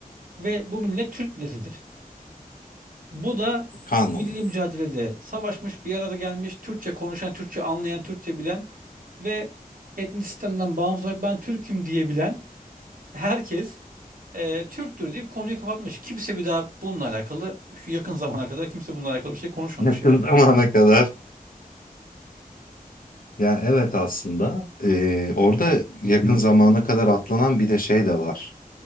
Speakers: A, on the right; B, on the left.
A: ve bu millet Türk milletidir. Bu da
B: Kanunu.
A: milli mücadelede savaşmış, bir arada gelmiş, Türkçe konuşan, Türkçe anlayan, Türkçe bilen ve etnik sistemden bağımsız olarak ben Türk'üm diyebilen herkes e, Türktür deyip konuyu kapatmış. Kimse bir daha bununla alakalı şu yakın zamana kadar kimse bununla alakalı bir şey konuşmamış
B: Yakın
A: yani.
B: <laughs> zamana kadar. Ya evet aslında eee, orada yakın zamana kadar atlanan bir de şey de var.